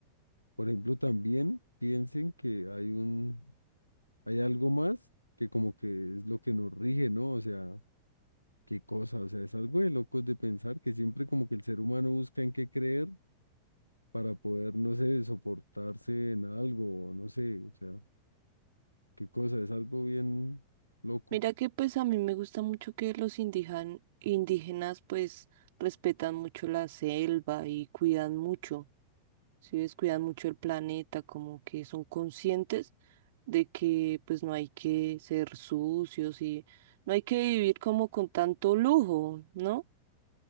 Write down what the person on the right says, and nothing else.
Mira que pues a mí me gusta mucho que los indijan- indígenas pues respetan mucho la selva y cuidan mucho, si ves, cuidan mucho el planeta, como que son conscientes de que pues no hay que ser sucios y no hay que vivir como con tanto lujo, ¿no?